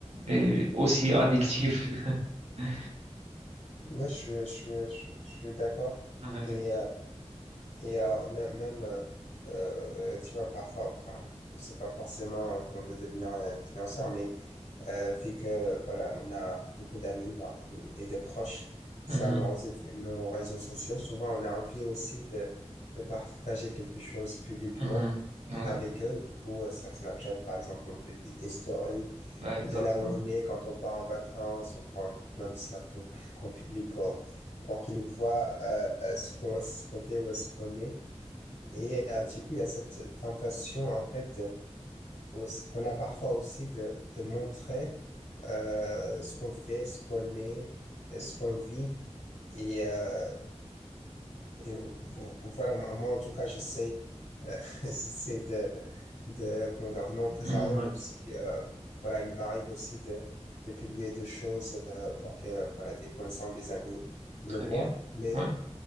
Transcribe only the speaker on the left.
Oui, je suis, je suis, je, suis je suis d'accord.
Et, euh, et euh, même, même euh, euh, tu vois, parfois, enfin, c'est pas forcément qu'on veut devenir un influenceur, mais euh, vu que, voilà, on a beaucoup d'amis voire- ou- et de proches sur
nos, réseaux nos réseaux sociaux, souvent on a envie aussi de, de partager quelque chose publiquement
avec eux. Du coup, euh, sur Snapchat, par exemple, on publie des stories.
Et là où on est, quand on part en vacances, on prend plein de snaps donc, <laughs> qu'on publie pour, pour qu'ils voient euh, euh, ce qu'on ce qu'on fait, où est-ce qu'on est. Et euh, du coup, il y a cette tentation, en fait, de- aussi- qu'on a parfois aussi de, de montrer euh, ce qu'on fait, ce qu'on est, ce qu'on vit. Et, euh, et euh, vo- voilà, moi, moi, en tout cas, j'essaie euh, <laughs> j'essaie de, de, comment dire, de m'en préserver,
même si euh, voilà, il m'arrive aussi de, de publier des choses euh, pour que voilà, des connaissances, des amis le
voient.
Mais